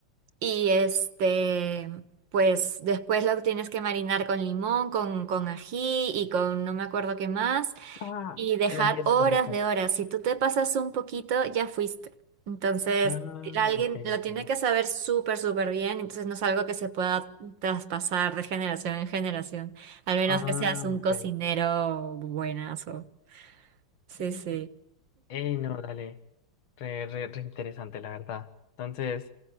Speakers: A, on the right; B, on the left.
A: y este, pues después lo tienes que marinar con limón, con, con ají y con no me acuerdo qué más.
B: Ah,
A: Y dejar
B: el ají es
A: horas
B: súper rico.
A: de horas. Si tú te pasas un poquito, ya fuiste. Entonces,
B: Ah,
A: alguien
B: ok,
A: lo
B: ok.
A: tiene que saber súper, súper bien. Entonces, no es algo que se pueda traspasar de generación en generación. Al menos
B: Ah,
A: que seas un
B: ok.
A: cocinero buenazo. Sí,
B: Mm.
A: sí.
B: Ey, no, dale. Re, re, re interesante, la verdad. Entonces,